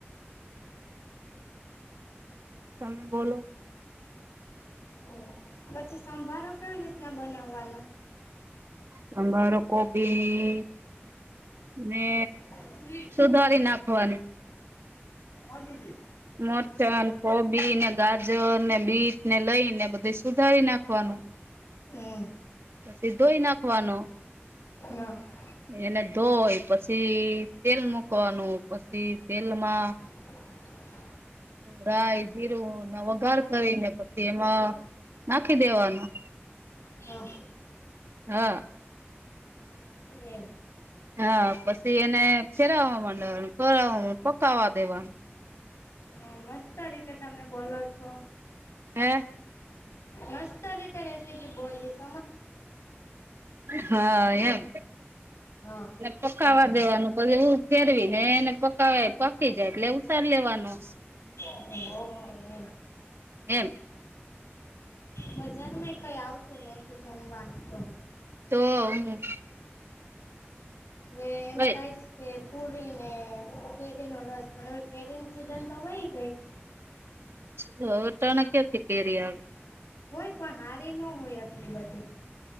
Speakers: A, on the right; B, on the left.
A: તમે બોલો?
B: હમ પછી સંભારો કેવી રીતના બનાવવાનો?
A: સંભારો કોબી ને
B: હ <unintelligible>
A: સુધારી નાખવાનું.
B: ભાગી ગેઈ.
A: મરચાંને, કોબીને, ગાજરને, બીટને લઈને બધુ સુધારી નાખવાનું.
B: હમ
A: પછી ધોઈ નાખવાનું.
B: હા.
A: એને ધોઈ, પછી તેલ મુકવાનું, પછી તેલમાં
B: હ <unintelligible>
A: રાય જીરુંને વઘાર કરીને પછી એમાં નાખી દેવાનું.
B: હા.
A: હા.
B: એમ.
A: હા, પછી એને ફેરવવા માંડવાનું, ફેરવવા પકાવવા દેવાનું.
B: હા, મસ્ત રીતે તમે બોલો છો,
A: હે
B: મસ્ત રીતે રેસીપી બોલીશ.
A: હા, એમ.
B: હા.
A: પકાવા
B: એમ
A: દેવાનું પછી એ ફેરવી ને એને પકાવા પકી જાય એટલે ઉતારી લેવાનું.
B: હ ઓકે હ.
A: એમ
B: બજારમાં કઈ આવતું નથી જમવાનું તો હવે.
A: તો હું,
B: હવે એમ
A: કઈ
B: થાય છે. કે પૂરીને કેરીનો રસ પણ હવે કેરીની સિઝન તો વઇ ગઈ.
A: તો હવે અટાણે ક્યાંથી કેરી આવે.
B: હોય પણ હારી ન હોય આટલી બધી.